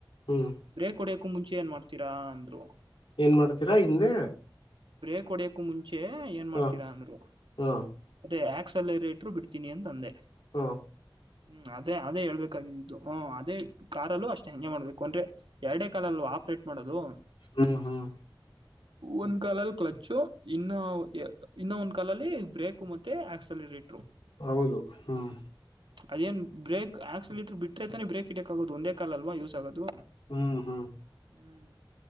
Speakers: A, on the left (about 70°); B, on the right (about 70°).
A: ಹ್ಮ್
B: ಬ್ರೇಕ್ ಹೊಡಿಯಕ ಮುಂಚೆ ಏನ್ ಮಾಡ್ತೀರಾ ಅಂದ್ರು
A: ಏನ್ ಮಾಡ್ತೀರಾ ಹಿಂದೆ
B: ಬ್ರೇಕ್ ಹೊಡಿಯಕ ಮುಂಚೆ ಏನ್
A: ಹ
B: ಮಾಡ್ತೀರಾ ಅಂದ್ರು
A: ಹಾ
B: ಅದೇ ಯ ಎಕ್ಸೆಲ್ ರೇಟ್ರು ಬಿಡ್ತೀನಿ ಅಂದೆ
A: ಹಾ
B: ಹ್ಮ್ ಅದೇ ಅದೇ ಹೇಳ್ಬೇಕಾಗಿದ್ದಿದ್ದು ಹ ಅದೇ ಕಾರಲ್ಲೂ ಅಷ್ಟೇ ಹೆಂಗೆ ಮಾಡ್ಬೇಕು ಎರಡೇ ಕಾಲ್ ಅಲ್ವಾ ಆಪರೇಟ್ ಮಾಡೋದು
A: ಹ್ಮ್ ಹ್ಮ್
B: ಒಂದ್ ಕಾಲಲ್ಲಿ ಕ್ಲಚ್ ಇನ್ನ ಇನ್ನ ಒಂದ್ ಕಾಲಲ್ಲಿ ಬ್ರೇಕ್ ಮತ್ತೆ ಆಕ್ಸಲಟ್
A: ಹೌದು ಹ್ಮ್
B: ಅದೇಏನ್ ಬ್ರೇಕ್ ಆಕ್ಸಿಲಿಟಟ್ರ್ ಬಿಟ್ರೆತಾನೇ ಬ್ರೇಕ್ ಇಡಕ್ಾಗೋದು ಒಂದೇ ಕಾಲಲ್ವಾ ಯೂಸ್ ಆಗೋದು
A: ಹ್ಮ್ ಹ್ಮ್
B: ಹ್ಮ್